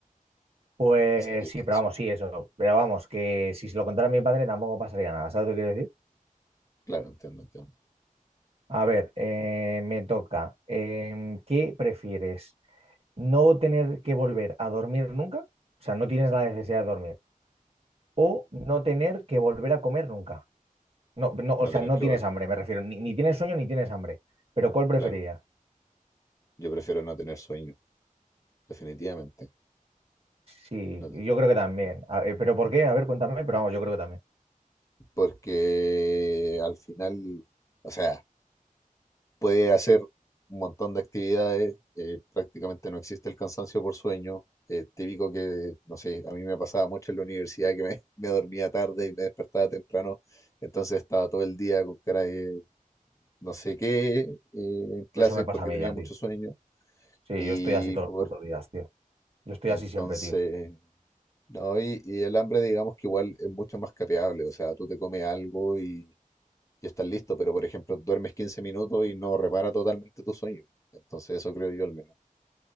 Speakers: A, on the right; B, on the left.
A: Pues
B: Así que
A: sí,
B: eso,
A: pero vamos, sí, eso. Pero vamos, que si se lo contara a mi padre tampoco pasaría nada, ¿sabes lo que quiero decir?
B: claro, entiendo, entiendo.
A: A ver, eh, me toca. Em, ¿qué prefieres? ¿No tener que volver a dormir nunca? O sea, no tienes la necesidad de dormir. ¿O no tener que volver a comer nunca? No, no, o
B: No
A: sea,
B: tener
A: no
B: que
A: tienes
B: volver,
A: hambre, me refiero. Ni, ni tienes sueño ni tienes hambre. Pero ¿cuál preferirías?
B: claro. Yo prefiero no tener sueño, definitivamente.
A: Sí,
B: No
A: yo
B: te-
A: creo que también. A ver, ¿pero por qué? A ver, cuéntame, pero vamos, yo creo que también.
B: porque al final, o sea, puede hacer un montón de actividades, eh, prácticamente no existe el cansancio por sueño. eh, típico que, no sé, a mí me pasaba mucho en la universidad que me, <laughs> me dormía tarde y me despertaba temprano, entonces estaba todo el día con cara de no sé qué eh, en clases
A: Eso me pasa
B: porque
A: a mí
B: tenía
A: ya,
B: mucho
A: tío.
B: sueño
A: Sí,
B: y
A: yo estoy así todos
B: por
A: los putos días, tío. Yo estoy
B: entonces
A: así siempre, tío.
B: No, y, y el hambre, digamos que igual es mucho más capeable, o sea, tú te comes algo y, y estás listo, pero por ejemplo, duermes 15 minutos y no repara totalmente tu sueño. Entonces, eso creo yo al menos.